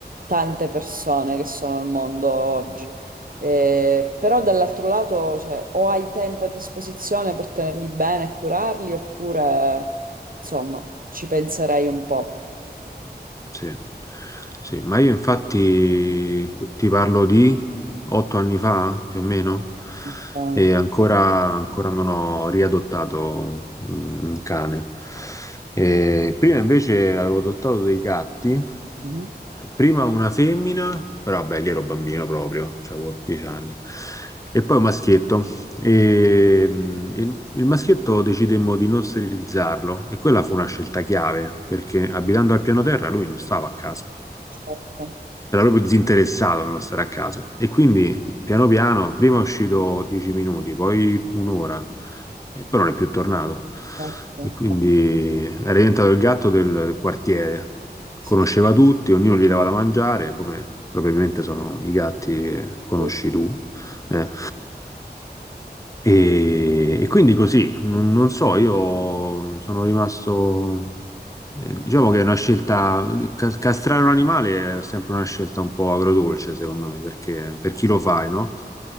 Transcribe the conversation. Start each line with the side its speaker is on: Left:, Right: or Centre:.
Right: tante persone che sono al mondo oggi. Eh, però dall'altro lato, cioè, o hai tempo a disposizione per tenerli bene e curarli, oppure, insomma, ci penserei un po'.
Left: Sì, sì, ma io infatti ti parlo di otto anni fa, più o meno,
Right: Ok.
Left: e ancora, ancora non ho riadottato mm, un cane. E prima invece avevo adottato dei gatti,
Right: Mhm.
Left: prima una femmina, però vabbè, lì ero bambino proprio, cioè avevo dieci anni, e poi un maschietto. E mh, il, il maschietto decidemmo di non sterilizzarlo e quella fu una scelta chiave perché abitando al piano terra lui non stava a casa,
Right: Certo,
Left: era proprio disinteressato nello stare a casa. E quindi piano piano, prima è uscito 10 minuti, poi un'ora, e poi non è più tornato.
Right: certo.
Left: E quindi
Right: Eh,
Left: era diventato il gatto del, del quartiere,
Right: Sì,
Left: conosceva
Right: sì,
Left: tutti, ognuno gli dava da mangiare, come probabilmente sono i gatti che conosci
Right: sì.
Left: tu. eh.
Right: sì, sì.
Left: E, e quindi così, non, non so, io sono rimasto, eh, diciamo che è una scelta, ca- castrare un animale è sempre una scelta un po' agrodolce, secondo me, perché per chi lo fai, no?